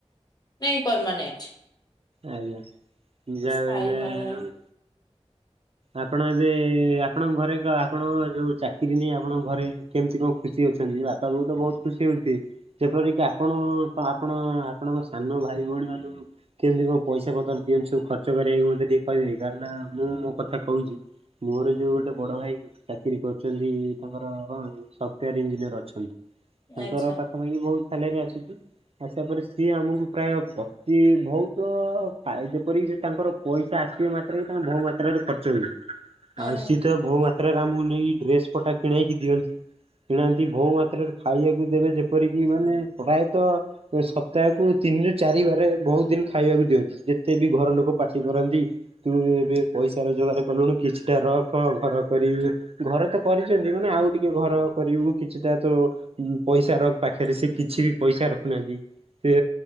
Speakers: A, on the left (about 35°); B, on the right (about 55°).
A: ନାଇଁ ପରମାନେଣ୍ଟ।
B: ଆଜ୍ଞା ଯାହା
A: ସ୍ଥାୟୀ
B: ବି ହେଲେ
A: ଭାବରେ
B: ଆପଣ ଏବେ ଆପଣଙ୍କ ଘରେ ଆପଣ ଯୋଉ ଚାକିରି ନେଇ ଆପଣଙ୍କ ଘରେ କେମିତି କଣ ଖୁସି ଅଛନ୍ତି ବାପା ବୋଉ ତ ବହୁତ ଖୁସି ହଉଥିବେ? ଯେପର କିି ଆପଣ ତ ଆପଣ ଆପଣଙ୍କ ସାନ ଭାଇ ଭଉଣୀ ମାନକୁ କେମିତି କଣ ପଇସା ପତ୍ର ଦିଅନ୍ତି ସବୁ ଖର୍ଚ୍ଚ କରିବା କି ମତେ ଟିକେ କହିବେ କାଇଁ ନା ମୁଁ ମୋ କଥା କହୁଛି ମୋର ଯୋଉ ଗୋଟେ ବଡ଼ ଭାଇ ଚାକିରୀ କରୁଛନ୍ତି ତାଙ୍କର ସଫ୍ଟୱାର ଇଞ୍ଜିନିୟର ଅଛନ୍ତି। ତାଙ୍କର
A: ଆଚ୍ଛା
B: ପାଖାପାଖି ବହୁତ ସାଲାରୀ ଆସୁଛି ଆସିବା ପରେ ସିଏ ଆମକୁ ପ୍ରାୟ ପତି ବହୁତ ତ ଫା ଯେପରିକି ସେ ତାଙ୍କର ପଇସା ଆସିବା ମାତ୍ରକେ ତାଙ୍କ ବହୁ ମାତ୍ରାରେ ଖର୍ଚ୍ଚ ହୁଏ।
A: ହୁଁ
B: ଆଉ
A: ହୁଁ।
B: ସିଏ ତ ବହୁ ମାତ୍ରାରେ ଆମକୁ ନେଇକି ଡ୍ରେସ ପଟା କିଣେଇକି ଦିଅନ୍ତି। କିଣନ୍ତି ବହୁ ମାତ୍ରାରେ ଖାଇବାକୁ ଦେବେ ଯେପରିକି ମାନେ ପ୍ରାୟତଃ ସପ୍ତାହକୁ ତିନିରୁ ଚାରିବାର ବହୁତ ଦିନ ଖାଇବାକୁ ଦିଅନ୍ତି, ଯେତେ ବି ଘର ଲୋକ ପାଟି କରନ୍ତି ତୁ ଏବେ ପଇସା ରୋଜଗାର କଲୁଣି, କିଛିଟା ରଖ ଘର କରିବୁ। ଘର ତ କରିଚନ୍ତି, ମାନେ ଆଉ ଟିକେ ଘର କରିବୁ। କିଛିଟା ତ ପଇସା ରଖ ପାଖରେ, ସେ କିଛି ବି ପଇସା ରଖୁନାହାନ୍ତି। ସେ